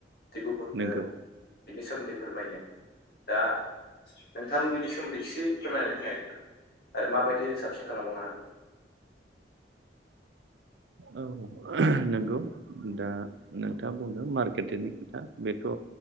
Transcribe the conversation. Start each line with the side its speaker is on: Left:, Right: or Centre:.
Left: दि गुबुननो
Right: नंगौ
Left: बिनि सोमोन्दै फोरमायनो दा नोंथाङाबो बिनि सोमोन्दै एसे फोरमायनानै होनाय नोंथां आरो माबायदि जों साबसिन खालामबावनो हागोन
Right: औ ओहम नंगौ दा नोंथाङा बुंदों मार्केटिंनि खोथा बेथ'